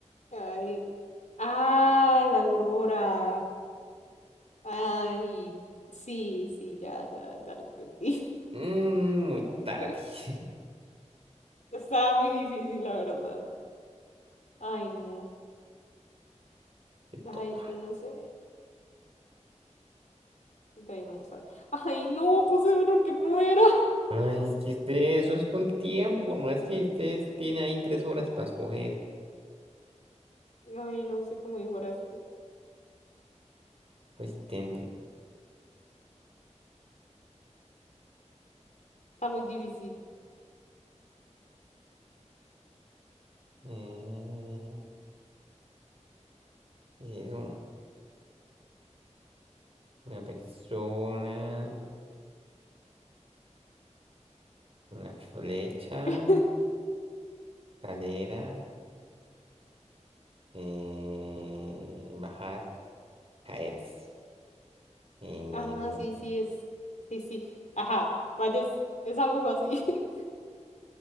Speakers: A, on the left; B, on the right.
A: Ay, ah, la aurora. Ay, sí, sí, ya, ya, ya lo entendí.
B: Mm, muy tarde.
A: <laughs>
B: <laughs>
A: Estaba muy difícil, la verdad. Ay, no.
B: Te
A: Ay,
B: toca.
A: yo no sé. De ahí vamos a ver. Ay, no, puse uno que no era.
B: Ay, es que usted, eso es con tiempo.
A: <laughs>
B: No es que ustedes tiene ahí tres horas para escoger.
A: Ay, no sé cómo dibujar tú.
B: Pues intente.
A: Está muy difícil.
B: Eh, es un- una persona, una flecha,
A: <laughs>
B: cadera, eh, bajar, caerse. Em,
A: Ajá, sí, sí, es. Sí, sí. Ajá, vaya, es, es algo así. <laughs>